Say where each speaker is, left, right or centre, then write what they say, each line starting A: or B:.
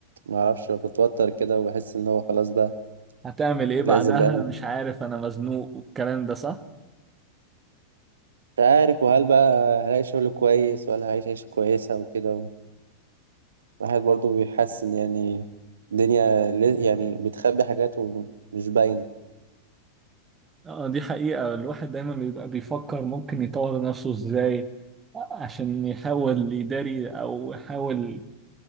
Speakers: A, on the right; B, on the right.
A: ما اعرفش بتوتر كده وبحس ان هو خلاص بقى
B: هتعمل ايه بعدها
A: لازم بقى مش
B: مش عارف انا مزنوق والكلام ده صح
A: عارف وهل بقى هلاقي شغل كويس ولا هعيش عيشة كويسة وكده الواحد برضه بيحس إن يعني الدنيا ل- يعني بتخبي حاجات ومش باينة
B: اه دي حقيقة الواحد دايما بيبقى بيفكر ممكن يطور نفسه ازاي عشان يحاول يداري او يحاول